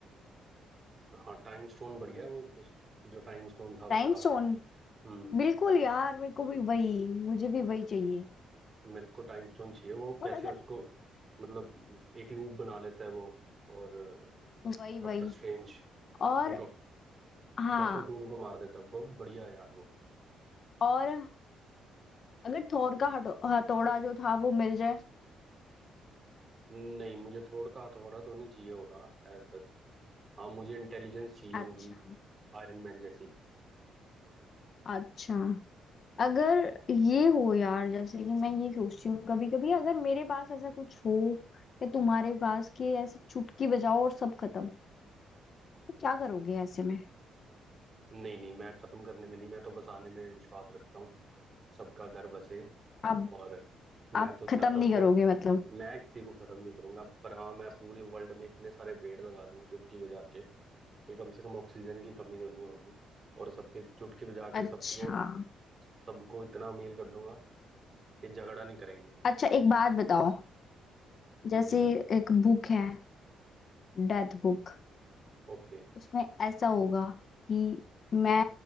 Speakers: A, on the right; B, on the left.
A: हाँ टाइम स्टोन बढ़िया है वो उस जो टाइम स्टोन था उसका
B: Time stone
A: हम्म
B: बिल्कुल यार मेरे को भी वही मुझे भी वही चाहिए
A: मेरे को टाइम स्टोन चाहिए वो कैसे
B: और अगर
A: उसको मतलब एक लूप बना लेता है वो और
B: वही
A: डॉक्टर
B: वही
A: स्ट्रेंज
B: और
A: और डॉक
B: हाँ
A: डॉक्टर डूम को मार देता है बहुत बढ़िया है यार वो
B: और अगर थोर का हथौ- हथौड़ा जो था वो मिल जाए
A: नहीं मुझे थोड़ा का हथौड़ा तो नहीं चाहिए होगा As such हाँ मुझे इंटेलिजेंस चाहिए
B: अच्छा
A: होगी आयरन मैन जैसी
B: अच्छा अगर ये हो यार जैसे कि मैं ये सोचती हूँ कभी कभी अगर मेरे पास ऐसा कुछ हो या तुम्हारे पास कि ऐसे चुटकी बजाओ और सब खत्म तो क्या करोगे ऐसे में
A: नहीं नहीं मैं खत्म करने में नहीं मैं तो बसाने में विश्वास रखता हूँ सबका घर बसे
B: आप
A: और
B: आप
A: मैं तो चाहता
B: खत्म नहीं
A: हूँ
B: करोगे
A: कि
B: मतलब
A: मैं किसी को खत्म नहीं करूंगा पर हाँ मैं पूरे वर्ल्ड में इतने सारे पेड़ लगा दूंगा चुटकी बजा के कि कम से कम ऑक्सीजन की कमी तो नहीं होगी और सबके चुटकी बजा के
B: अच्छा
A: सबके को सबको इतना अमीर कर दूंगा कि झगड़ा नहीं करेंगे
B: अच्छा एक बात बताओ
A: हम्म
B: जैसे
A: हम्म
B: एक बुक है डेथ बुक
A: ओके
B: उसमें ऐसा होगा कि मैं